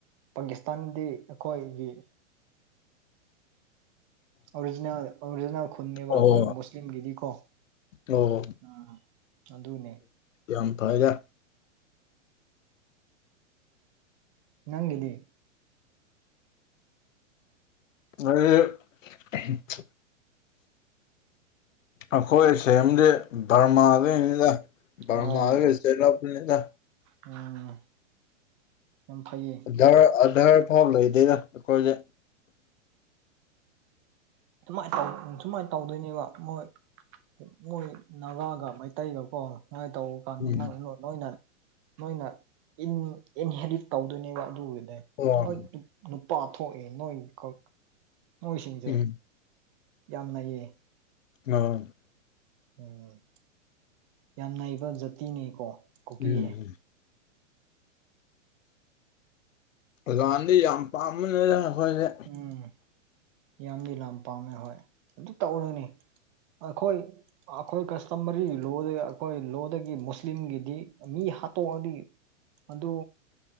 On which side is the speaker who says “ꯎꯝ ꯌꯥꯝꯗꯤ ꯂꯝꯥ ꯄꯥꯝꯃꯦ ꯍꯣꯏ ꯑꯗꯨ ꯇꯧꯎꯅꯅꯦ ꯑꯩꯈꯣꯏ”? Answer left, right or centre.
Right